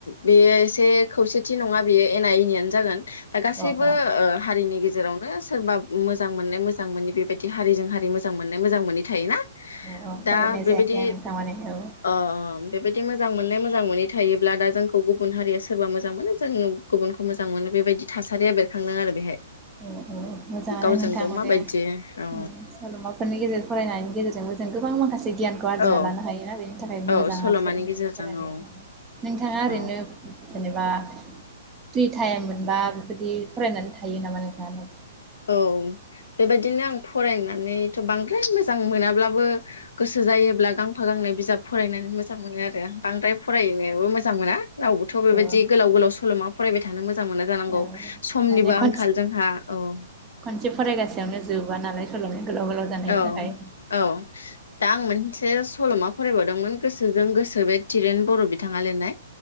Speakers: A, on the left; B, on the right.
A: बेयो एसे खौसेथि नङा बेयो एना एनियानो जागोन । दा गासैबो
B: अ अ
A: ओ हारिनि गेजेरावनो सोरबा मोजां मोननाय मोजां मोनि बेबायदि हारिजों हारि मोजां मोननाय मोजां मोनि थायोना
B: अ अ
A: दा
B: फरायनाय
A: बेबायदि
B: जायाखै आं नोंथां माने औ
A: ओ बेबायदि मोजां मोननाय मोजां मोनि थायोब्ला दा जोंखौ गुबुन हारिया सोरबा मोजां मोनो जों गुबुनखौ मोजां मोनो बेबायदि थासारिया बेरखांदों आरो बेहाय।
B: उम उम मोजाङानो
A: गावजों
B: नोंथां
A: गाव
B: माने
A: माबायदि औ
B: उम सल'माफोरनि गेजेरजों फरायनायनि गेजेरजोंबो जों गोबां माखासे गियानखौ आरजिना
A: औ
B: लानो हायोना बेनि थाखाय मोजां
A: औ सल'मानि
B: जेरै मेरै
A: गेजेरजों
B: फरायनाया
A: औ
B: नोंथाङा ओरैनो
A: औ
B: जेनेबा फ्रि टाइम मोनबा बेफोरबायदि फरायनानै थायो नामा नों थाङा।
A: औ बेबायदिनो आं फरायनानैथ' बांद्राय मोजां मोनाब्लाबो गोसो जायोब्ला गांफा गांनै बिजाब फरायनानै मोजां मोनो आरो । बांद्राय फरायनोबो मोजां मोना रावबोथ' बेबायदि
B: औ
A: गोलाव गोलाव सल'मा फरायबाय थानो मोज जां मोना जानांगौ
B: औ
A: समनिबो
B: माने
A: आंखाल
B: खनसे
A: जोंहा औ ।
B: खनसे फरायगासेयावनो जोबा नालाय सलमाया। गोलाव गोलाव जानायनि
A: औ
B: थाखाय
A: औ दा आं मोनसे सलमा फरायबावदोंमोन गोसोजों गोसो बे थिरेन बर बिथां आ लिरनाय